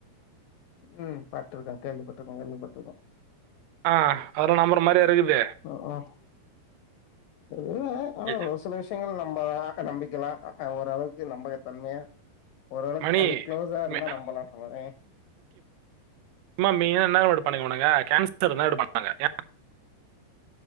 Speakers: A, on the left; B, on the right.
A: ம் பட்டிருக்க கேள்விப்பட்டிருக்க கேள்விப்பட்டிருக்க
B: ஆ அதுலா நம்பர மார யா இருக்குது
A: ம் ம் இல்ல
B: எ,
A: ஒரு சில விஷயங்கள் நம்ம நம்பிக்கலாம் ஓரளவுக்கு நம்பகதன்மையா ஓரளவுக்கு
B: மணி
A: அது க்ளோஸா இருந்தா
B: மெ-
A: நம்மளாம்ட்டுன்
B: இம்மா மீன என்னும் பண்ணிக்கங்கடாங்க கேன்சர் இருந்தடு பண்ணுவங்கன்